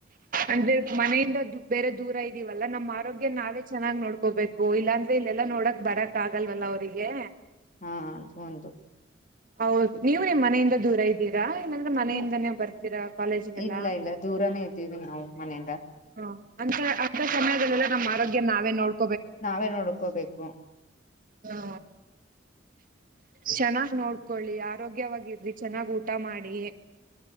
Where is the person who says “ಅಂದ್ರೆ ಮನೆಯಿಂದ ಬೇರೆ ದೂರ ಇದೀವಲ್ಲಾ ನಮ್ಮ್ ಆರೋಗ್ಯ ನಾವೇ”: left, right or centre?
Right